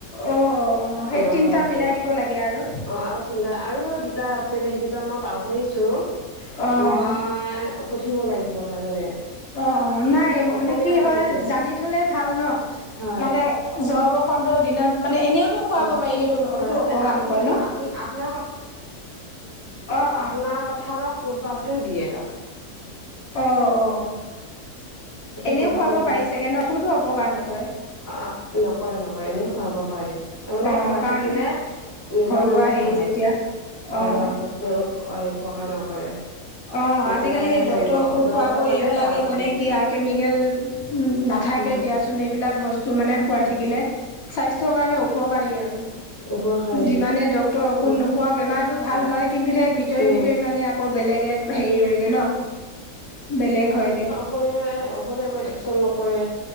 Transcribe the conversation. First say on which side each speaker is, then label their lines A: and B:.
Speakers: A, on the left; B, on the left.
A: অ', অ', অ', অ',
B: আনাৰসৰ
A: এই তিনিটা
B: ৰসটো।
A: মিলাই দিব লাগে আৰু।
B: অ আৰু তিনিটা আৰু দুটা আছিল সেই দুটা মই পাহৰিছো।
A: অ',
B: মই সুধিব লাগিব তাৰমানে।
A: অ অ। নাই
B: অসমীয়া
A: মানে কি
B: ঔষধ
A: হয়,
B: সেইটো
A: জানি থলে ভাল ন।
B: হয়
A: মানে জৰ বসন্তৰ দিনত মানে এনেও টো খুৱাব
B: অ',
A: পাৰি সেইটো অনটো
B: অ',
A: অপকাৰ
B: এই আঠ
A: নকৰে ন,
B: আঠ আঠনা
A: অহ
B: আপোনাৰ কঁঠালৰ কোহপাতটোও দিয়ে তাত।
A: অ' অ।
B: সেইটো
A: এনেও
B: কোহপাতটো
A: খুৱাব পাৰি চাগে ন, একোতো অপকাৰ নকৰে।
B: অ' নকৰে নকৰে এনেও খোৱাব পাৰি। তাৰমানে
A: অ',
B: খোৱাই
A: কাৰণ
B: থাকিলে, নিজৰ
A: ঘৰুৱা
B: কাৰণে
A: হেৰি
B: ভাল
A: যেতিয়া
B: আৰু। ঘৰুৱা
A: অ',
B: ঔষধ টো ঐ অপকাৰ নকৰে।
A: অ,
B: উপকাৰহে
A: আজিকালি সেই
B: কৰিব
A: ডক্তৰৰ ঔষধ
B: জ্বৰটো
A: খোৱাকৈ
B: হ'লে
A: এইবিলাকে
B: ভাল কৰি
A: মানে
B: দিয়ে
A: কি আ কেমিকেল উম থাকে
B: উম
A: দিয়াচোন এইবিলাক বস্তু মানে খুৱাই
B: উম
A: থাকিলে, স্বাস্থ্যৰ কাৰণে উপকাৰী আৰু।
B: উপকাৰী
A: যিমানে ডক্তৰৰ ঔষধ
B: উম
A: নোখোৱাও বেমাৰতটো ভাল
B: উম
A: হয়, কিন্তু সেই ভিতৰি
B: উম
A: ভিতৰি মানে আকৌ বেলেগে হেৰি ৰয়গে ন, বেলেগ হয়গে।
B: অসমীয়া এ ঔষধে একো একচন নকৰে,